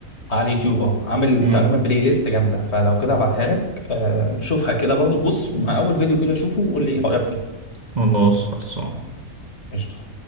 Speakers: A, on the left; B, on the right.
A: على اليوتيوب اه عامل
B: أه
A: تقريبا بلاي ليست جامده فلو كده ابعتها لك آه، شوفها كده برضه بص مع اول فيديو كده شوفه وقول لي ايه رايك فيه
B: خلاص خلصان
A: قشطه